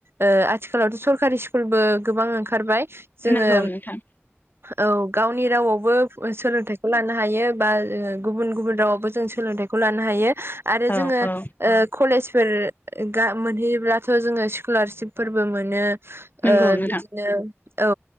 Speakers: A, on the right; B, on the left.
A: ओ आथिखालावथ' सरकारि स्कुलबो गोबां ओंखारबाय। जोंङो
B: नंगौ नोंथां
A: औ गावनि रावावबो सोलोंथाइखौ लानो हायो। बा गुबुन गुबुन रावावबो जों सोलोंथाइखौ लानो हायो आरो
B: औ
A: जोंङो
B: औ
A: कलेजफोर मोनहैयोब्लाथ' जोंङो स्कलारशपफोरबो मोनो
B: नंगौ नोंथां
A: बिदिनो औ